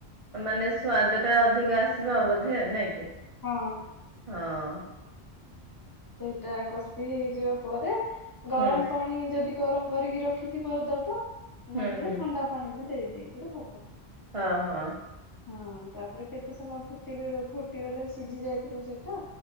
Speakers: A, on the right; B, on the left.
A: ମାନେ ସ୍ଵାଦଟା ଅଧିକ ଆସିବ ବୋଧେ ନାଇଁ କି।
B: ହଁ।
A: ହଁ।
B: ସେଇଟା କଷି ହେଇଯିବା ପରେ ଗରମ
A: ହୁଁ
B: ପାଣି ପାଣି ଯଦି ଗରମ କରିକି ରଖିଥିବ ଦବ।
A: ହୁଁ
B: ନହେଲେ
A: ହୁଁ
B: ଥଣ୍ଡା ପାଣି ବି ଦେଇଦେଲେ ବି ହବ।
A: ହଁ ହଁ।
B: ହଁ ତାପରେ କେତେ ସମୟ ଫୁଟି ଫୁଟିଗଲେ ସିଝି ଯାଇଥିବ ସେଟା।